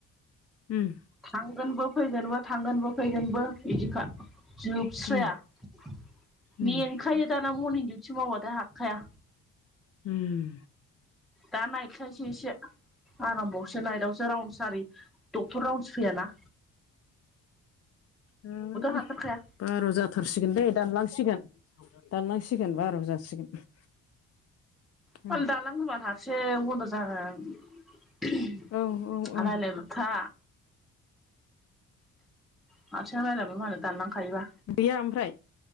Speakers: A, on the left; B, in the centre.
A: उम।
B: थांगोनबो फैगोनबो थांगोनबो फैगोनबो बिदिखा जोबस्राया
A: उम
B: <unintelligible>
A: उम
B: खायो, दाना मरनिं दिउटि मावबथाय हाखाया।
A: ओम।
B: दा नायटखायसो एसे आरामबावसो नायटावसो राउन सारि वन्स फैया ना।
A: ओम
B: हाथारखाया
A: बार' जाथारसिगोन दे दानलांसिगोन। दानलांसिगोन बार' जासिगोन।
B: <unintelligible>
A: उम
B: दानना होबा हारसिं बन्द' जागोन। <unintelligible>
A: औ औ औ
B: रालायबायथा। हारसिं रायलायबाबो मालाय दानलांखायोबा।
A: गैया ओमफ्राय